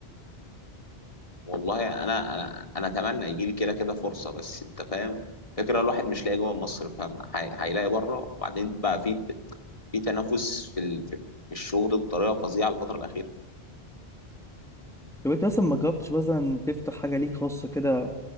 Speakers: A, on the left; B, in the centre.
A: والله انا انا انا اتمنى يجي لي كده كده فرصه بس انت فاهم فكره الواحد مش لاقي جوه مصر فاهم هي- هيلاقي بره وبعدين بقى في في تنافس في ال- في في الشغل بطريقه فظيعه الفتره الاخيره
B: طب انت مثلا ما جربتش مثلا تفتح حاجة ليك خاصة كده